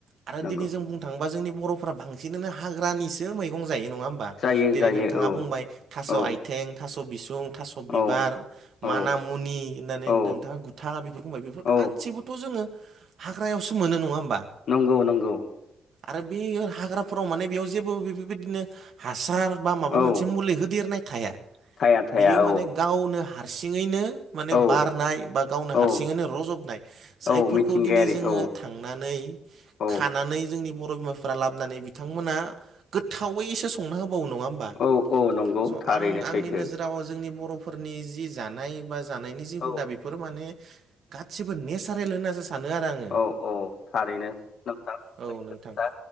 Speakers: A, on the right; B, on the left.
A: आरो
B: नंगौ
A: दिनै जों बुं- थांबा जोंनि बर'फोरा बांसिनानो हाग्रानिसो मैगं जायो नङा होम- बा
B: जायो
A: देने
B: जायो
A: नोंथाङा
B: औ
A: बुंबाय थास'
B: औ
A: आइथें थास' बिसुं थास' बिबार
B: औ औ
A: माना मुनि होननानै
B: औ
A: नोंथाङा गुथा बेफोरखौ बुंबाय बेफोर
B: औ
A: गा- सिबोथ' जोङो हाग्रायावसो मोनो नङा होमबा?
B: नंगौ नंगौ
A: आरो बे हाग्राफोराव माने बेयाव जेबो बे-बे-बेदिनो हासार बा माबा
B: औ
A: मोनसे मुलि होदेरनाय थाया।
B: थाया थाया
A: बियो
B: औ
A: माने गावनो हारसिङैनो माने
B: औ
A: बारनाय बा गावनो
B: औ
A: हारसिङैनो रजबनाय जायफोरखौ
B: औ मिथिंगायारि
A: दिनै जोङो
B: औ
A: थांनानै
B: औ
A: खानानै जोंनि बर' बिमाफ फोरा लाबोनानै बिथांमोना गोथावैसो संना होबावो नङा होमबा?
B: औ औ नंगौ
A: स'
B: थारैनो
A: आं आंनि
B: सैथो
A: नोजोराव जोंनि बर' फोरनि जि जानाय बा जानायनि जि हुदा
B: औ
A: बे- फोर माने गासिबो नेसारेल होननासो सानो आरो आं
B: औ औ थारैनो नोंथां
A: औ
B: सैथो
A: नोंथां
B: खोथा